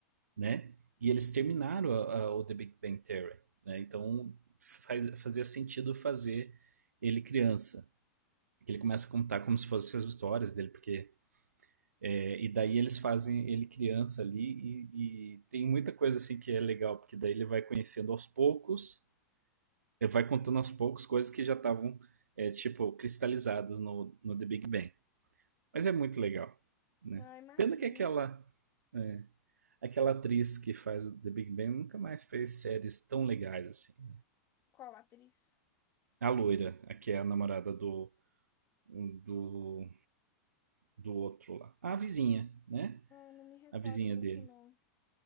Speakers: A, on the right; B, on the left.
A: né? E eles terminaram
B: Hum.
A: a- a- o The Big Bang Theory, né? Então faz- fazia sentido fazer ele criança. ele começa a contar como se fossem as histórias dele, porque é, e daí eles fazem ele criança ali e, e tem muita coisa assim que é legal, porque daí ele vai conhecendo aos poucos, ele vai contando aos poucos coisas que já estavam é, tipo cristalizadas no, no The Big Bang. Mas é muito legal, né?
B: Ah, imagino.
A: Pena que aquela É, Aquela atriz que faz The Big Bang nunca mais fez séries tão legais assim.
B: Qual atriz?
A: A loira, a que é a namorada do, um, do, do outro lá. A vizinha, né?
B: Ah, não me recordo
A: A vizinha
B: muito,
A: deles.
B: não.